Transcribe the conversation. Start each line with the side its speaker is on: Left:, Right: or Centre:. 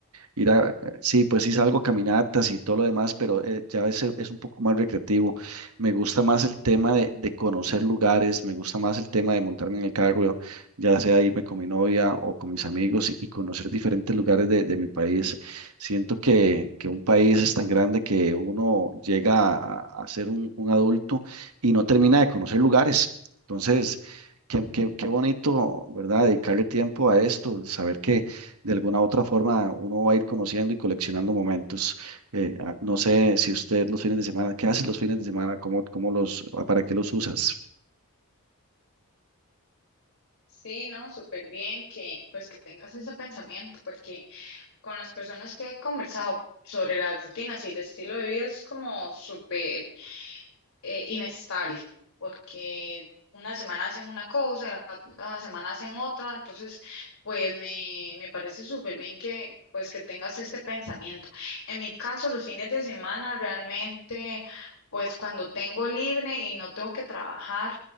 Right: Ir a, eh, sí, pues sí salgo a caminatas y todo lo demás, pero eh, ya es, es un poco más recreativo. Me gusta más el tema de, de conocer lugares, me gusta más el tema de montarme en el carro, ya sea irme con mi novia o con mis amigos y, y conocer diferentes lugares de, de mi país. Siento que, que un país es tan grande que uno llega a, a ser un, un adulto y no termina de conocer lugares. Entonces, qué, qué, qué bonito, ¿verdad? Dedicarle tiempo a esto, saber que de alguna u otra forma uno va a ir conociendo y coleccionando momentos. Eh, ah, no sé si usted los fines de semana, ¿qué hace los fines de semana? ¿Cómo, cómo los, ah, para qué los usas?
Left: Sí, ¿no? Súper bien que pues que tengas ese pensamiento, porque con las personas que he conversado sobre las rutinas y el estilo de vida es como súper eh, inestable, porque una semana hacen una cosa, la otra semana hacen otra, entonces pues me, me parece súper bien que pues que tengas este pensamiento. En mi caso, los fines de semana realmente pues cuando tengo libre y no tengo que trabajar,